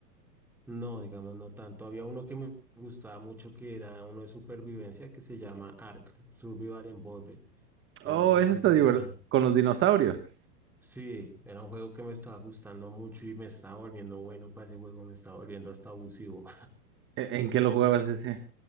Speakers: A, in the centre; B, on the right.
A: no, digamos, no tanto. Había uno que me gustaba mucho, que era uno de supervivencia, que se llama Ark, Survival Involved. Era
B: Oh,
A: un
B: ese
A: juego
B: está divertido.
A: que era,
B: Con los dinosaurios.
A: sí, era un juego que me estaba gustando mucho y me estaba volviendo bueno para ese juego, me estaba volviendo hasta abusivo
B: ¿E- ¿En qué lo jugabas ese?